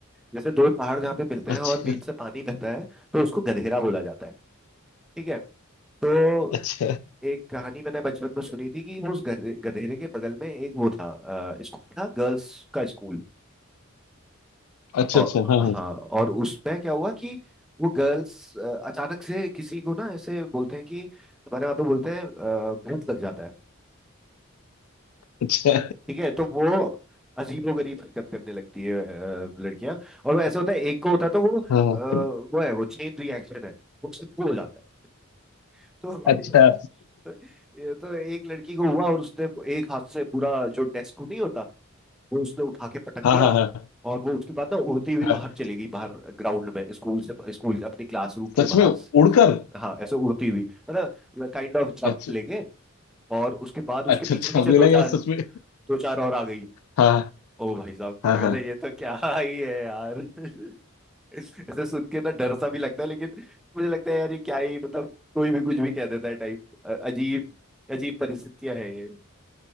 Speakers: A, in the centre; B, on the left.
A: जैसे दो पहाड़ जहाँ पे मिलते
B: अच्छा
A: हैं और बीच से पानी बहता है तो उसको गधेरा बोला जाता है ठीक है तो
B: अच्छा
A: एक कहानी मैंने बचपन में सुनी थी कि उस गधे, गधेरे के बगल में एक वो था अ, स्कूल था गर्ल्स का स्कूल
B: अच्छा
A: और
B: अच्छा हाँ हाँ
A: हाँ और उसमें क्या हुआ कि वो गर्ल्स अ, अचानक से किसी को ना ऐसे बोलते हैं कि हमारे वहाँ पे बोलते हैं अ, भूत लग जाता है
B: अच्छा
A: ठीक है तो वो अजीबो गरीब हरकत करने लगती है अ, लड़कियां और वो ऐसे होता है एक को होता है तो वो अ,
B: हाँ हाँ,
A: वो है वो चेन रिएक्शन है वो सबको हो जाता है तो
B: अच्छा
A: <laughs> ये तो एक लड़की को हुआ और उसने एक हाथ से पूरा जो डेस्क नहीं होता वो उसने उठा के पटक
B: हाँ
A: दिया
B: हाँ हाँ
A: और वो उसके बाद ना उड़ती हुई
B: हाँ
A: बाहर चली गई बाहर ग्राउंड में स्कूल से स्कूल के अपनी क्लासरूम के
B: सच
A: बाहर
B: में
A: सी-
B: उड़कर
A: हाँ ऐसे उड़ती हुई मतलब काइंड ऑफ जंप
B: अच्छा
A: लेके और उसके बाद उसके
B: अच्छा
A: पीछे
B: अच्छा
A: पीछे
B: मुझे
A: दो
B: लगा
A: चार
B: यार सच में
A: दो चार और आ गई
B: हाँ
A: ओ भाई साहब
B: हाँ
A: मैंने
B: हाँ हाँ,
A: कहा था ये तो क्या ही है यार <laughs> ऐसे सुन के ना डर सा भी लगता है लेकिन मुझे लगता है यार ये क्या ही मतलब कोई भी कुछ भी कह देता है टाइप अ- अजीब अजीब परिस्थितियां है ये